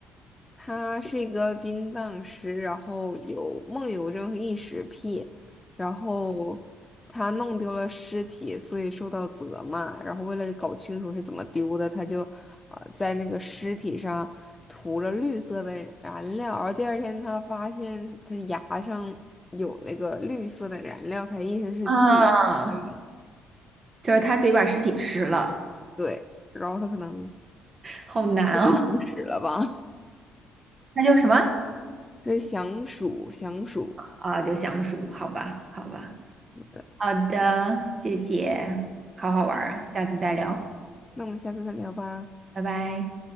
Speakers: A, on the left (about 20°); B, on the right (about 40°).
A: 他是一个殡葬师，然后有梦游症和异食癖，然后他弄丢了尸体，所以受到责骂。然后为了搞清楚是怎么丢的，他就啊、呃在那个尸体上涂了绿色的燃料，然后第二天他发现他牙上有那个绿色的燃料，他意识是自己真的
B: 啊，就是他自己把尸体吃了，
A: 对，然后他可能
B: 好难哦。
A: 就想死了吧，
B: <laughs> 他就什么？
A: <laughs> 这是想鼠想鼠。
B: 啊，就相熟，好吧，好吧，
A: 好的，
B: 好的，谢谢，好好玩儿啊，下次再聊，
A: 那我们下次再聊吧。
B: 拜拜。